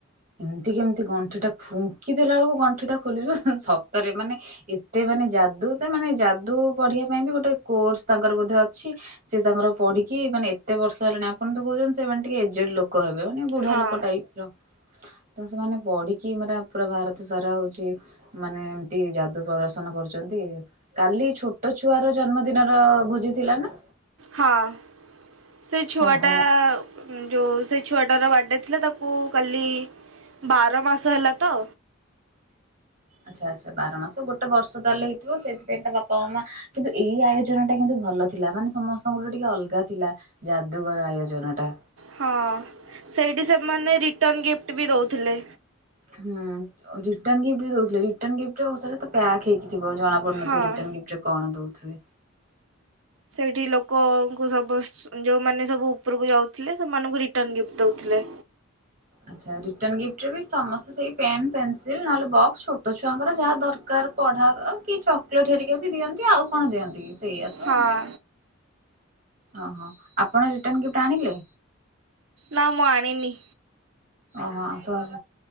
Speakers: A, on the right; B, on the right.
A: ଏମିତି କି ଏମିତି ଗଣ୍ଠି ଟା ଫୁଙ୍କି ଦେଲା ବେଳକୁ ଗଣ୍ଠି ଟା ଖୋଲଯୁ ସତରେ ମାନେ ଏତେ ମାନେ ଯାଦୁ ତ ମାନେ ଯାଦୁ ପଢିବା ପାଇଁ ବି ଗୋଟେ କୋର୍ସ ତାଙ୍କର ବୋଧେ ଅଛି ସେ ତାଙ୍କର ପଢ଼ିକି ମାନେ ଏତେ ବର୍ଷ ହେଲାଣି ଆପଣ ତ କହୁଛନ୍ତି ସେମାନେ ଟିକେ ଏଜେଡ ଲୋକ। ହ ମାନେ ବୁଢ଼ା
B: ହଁ
A: ଲୋକ ଟାଇପ ର ତ ସେମାନେ ପଢ଼ିକି ମରା ପୁରା ଭାରତ ସାରା ହଉଛି ମାନେ ଏମତି ଯାଦୁ ପ୍ରଦର୍ଶନ କରୁଛନ୍ତି। କାଲି ଛୋଟ ଛୁଆର ଜନ୍ମଦିନର ଭୋଜି ଥିଲା ନା।
B: ହଁ ସେ ଛୁଆ
A: ଓହୋ
B: ଟା ଯଉ ସେ ଛୁଆଟାର ବାର୍ଥଡ଼େ ଥିଲା ତାକୁ କାଲି ବାର ମାସ ହେଲା ତ
A: ଆଚ୍ଛା ଆଚ୍ଛା ବାର ମାସ ଗୋଟେ ବର୍ଷ ତାହେଲେ ହେଇଥିବ ସେଇଥିପାଇଁ ତା ବାପା ମାମା କିନ୍ତୁ ଏଇ ଆୟୋଜନ ଟା କିନ୍ତୁ ଭଲ ଥିଲା ମାନେ ସମସ୍ତଙ୍କ ଗୋଟେ ଟିକେ ଅଲଗା ଥିଲା ଯାଦୁଗର ଆୟୋଜନ ଟା
B: ହଁ ସେଇଠି ସେମାନେ ରଟ ଗି ବି ଦଉଥିଲେ।
A: ହୁଁ ରିଟର୍ନ ଗିଫ୍ଟ ବି ଦଉଥିଲେ ରିଟର୍ନ ଗିପ୍ଟି ରେ ତ ପ୍ୟାକ୍ ହେଇକି ଥିବ। ଜଣାପଡୁଁ ନଥିବ
B: ହଁ।
A: ରିଟର୍ନ ଗିଫ୍ଟି ରେ କଣ ଥିବ। ଆଛା
B: ସେଇଠି ଲୋକଙ୍କୁ ସୁ ଯୋଉମାନେ ସବୁ ଉପରକୁ ଯାଉଥିଲେ ସେମାନଙ୍କୁ ରିଟର୍ଣ ଗିଫ୍ଟ ଦଉଥିଲେ।
A: ଆଛା ରିଟର୍ନ ଗିଫଟି ରେ ବି ସମସ୍ତେ ସେଇ ପେନ, ପେନସ ନହଲେ ବକ୍ସ ଛୋଟ ଛୁଆଙ୍କର ଯାହା ଦରକାର ପଢା କି ଚକୋଲେଟ ହେରିକ ବି ଦିଅନ୍ତି ଆଉ କଣ ଦିଅନ୍ତି। ସେଇଆ ତ
B: ହଁ
A: ଓହୋ ଆପଣ ରିଟର୍ଣ ଗିଫ୍ଟୀ ଆଣିଲେ?
B: ନା ମୁଁ ଆଣନିି
A: ଓହୋ ସ